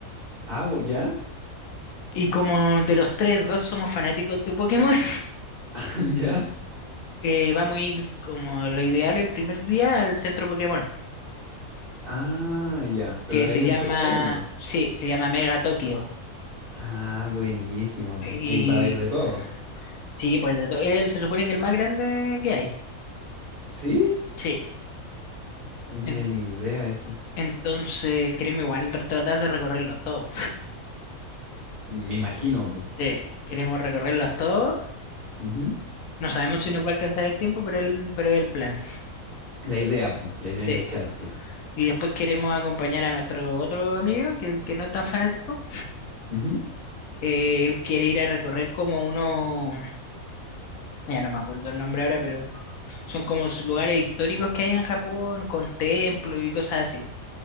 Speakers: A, on the right (about 40°); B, on the left (about 80°).
A: Ah, bo- ¿ya?
B: y como de los tres, dos somos fanáticos de Pokémon, <laughs>
A: <laughs> ¿Ya?
B: eh, vamos a ir como lo ideal el primer día al centro Pokémon,
A: Ah, ya. Pero
B: que
A: ahí
B: se llama,
A: en Tokio hay uno.
B: sí, se llama Mega Tokio.
A: Ah, buenísimo, pu.
B: Y
A: Ahí va a haber de todo.
B: Sí, pues de todo. Él se supone que el más grande que hay.
A: ¿Sí?
B: Sí.
A: No tenía
B: En-
A: ni idea eso.
B: Entonces queremos igual tratar de recorrerlos todos.
A: Me imagino, pu.
B: Sí, queremos recorrerlos todos.
A: Ujú.
B: No sabemos si nos va a alcanzar el tiempo, pero el, pero es el plan.
A: La idea, pum, la idea
B: Sí.
A: inicial, así es.
B: Y después queremos acompañar a nuestro otro amigo, que, que no es tan fanático.
A: Ujú.
B: Eh, él quiere ir a recorrer como uno, ya no me acuerdo el nombre ahora, pero son como s- lugares históricos que hay en Japón, con templos y cosas así.